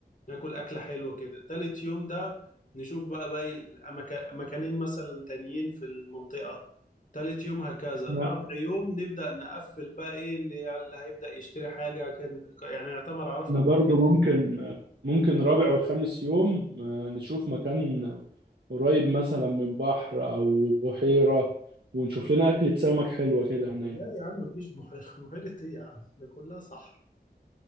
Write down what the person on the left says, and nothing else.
ناكل أكلة حلوة كده تالت يوم ده نشوف بقى باقي الأماك- مكانين مثلا تانيين في المنطقة تالت يوم هكذا
رابع يوم نبدأ نقفل بقى إيه اللي اللي هيبدأ يشتري حاجة كان يعني يعتبر عرفنا
كل
لا يا عم مفيش بحيرة <laughs> بحيرة إيه يا عم ده كلها صحراء